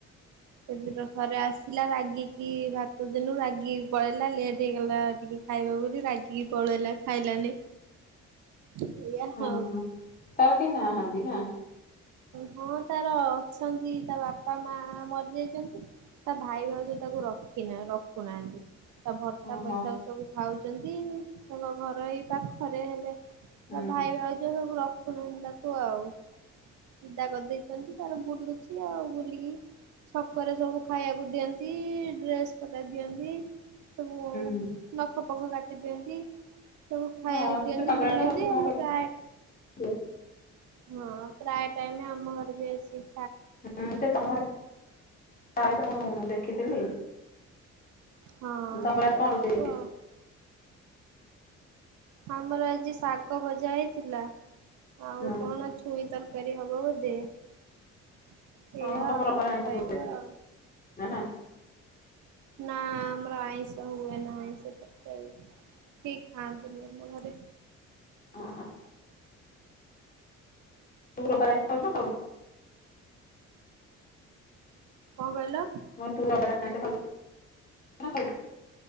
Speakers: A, on the right; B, on the left.
A: ସେ ଦିନ ଥରେ ଆସିଲା ରାଗିକି ଭାତ ଦେଲୁ ରାଗିକି ପଳେଇଲା ଲେଟ୍ ହେଇଗଲା ଟିକେ ଖାଇବ ବୋଲି ରାଗିକି ପଳେଇଲା ଖାଇଲାନି ଏଇଆ
B: ହୁଁ
A: ଆଉ।
B: ହୁଁ ତାର କେହି ନାହାନ୍ତି ନା?
A: ହଁ ତାର ଅଛନ୍ତି ତା ବାପା ମା ମ ତା ଭାଇଭାଉଜ ତାକୁ ରଖି ରଖୁନାହାନ୍ତି ତା ଭତ୍ତା
B: ଓହୋ
A: ପଇସାକୁ ସବୁ ଖାଉଛନ୍ତି ତାଙ୍କ ଘର ଏଇ ପାଖରେ ହେଲେ
B: ହୁଁ
A: ତା ଭାଇଭାଉଜ ସବୁ ରଖୁନାହାନ୍ତି ତାକୁ ଆଉ ବିଦା କରିଦେଇ ସେମିତି ତାର ବୁଲୁଛି ଆଉ ବୁଲିକି ଛକରେ ସବୁ ଖାଇବାକୁ ଦିଅନ୍ତି ଡ୍ରେସପଟା ଦିଅନ୍ତି ସବୁ
B: ହୁଁ
A: ନଖପଖ କାଟି ଦିଅନ୍ତି ତାକୁ ଖାଇବାକୁ
B: ହଁ
A: ଦିଅନ୍ତି
B: ସେ ପାଗଳାଟି
A: ବୁଲନ୍ତି
B: ଆଉ କଣ
A: ହେଲେ ପ୍ରାୟ
B: କରିବ
A: ହଁ ପ୍ରାୟ ଟାଇମ ଆମ ଘରେ ବି ଆସି
B: ହୁଁ ସେ ତମ ପ୍ରଥାଏ ତ ମୁଁ ଦେଖିଥିଲି
A: ହଁ
B: ତମର
A: ଏଇଆା
B: ଆଜି କଣ ରୋଷେଇ
A: ସବୁ ଆଉ ଆମର ଆଜି ଶାଗଭଜା ହୋଇଥିଲା
B: ହେଇଛି
A: ଆଉ
B: ହଁ
A: କଣ ଛୁଇଁ ତରକାରି ହେବ ବୋଧେ? ସେଇୟା
B: ହଁ ତମ
A: ଆଉ
B: ରବିବାର ଆଇଁଷ
A: ଖାଇବ
B: ହୁଏ
A: ଆଉ
B: ନା ନା
A: ନା ଆମର ଆଇଁଷ ହୁଏନା ଆଇଁଷ ତରକାରି କେହି ଖାଆନ୍ତିନି ଆମ ଘରେ
B: ଓହୋ। <unintelligible>
A: କଣ କହିଲ?
B: ନା ତୋ ବାବା ତ ଆଇଁଷ ଖାଉଚି? <unintelligible>